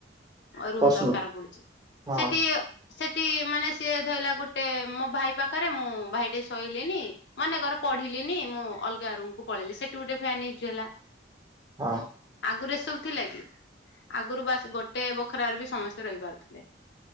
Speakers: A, on the left; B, on the right.
A: ଅ ରୁମ
B: ପ୍ରଶ୍ନ
A: ଦରକାର ପଡୁଛି
B: ହଁ।
A: ସେଠି ସେଠି ମାନେ ସିଏ ଧଇଲା ଗୋଟେ ମୋ ଭାଇ ପାଖରେ ମୁଁ ଭାଇଟେ ଶୋଇଲେନି ମନେକର ପଢିଲିନି ମୁଁ ଅଲଗା ରୁମକୁ ପଳେଇଲି ସେଠି ଗୋଟେ ଫ୍ୟାନ ୟୁଜ ହେଲା।
B: ହଁ।
A: ଆଗୁରୁ ଏ ସବୁ ଥିଲା କି ଆଗରୁ ବାସ୍ ଗୋଟେ ବଖରାରେ ବି ସମସ୍ତେ ରହିପାରୁଥିଲେ।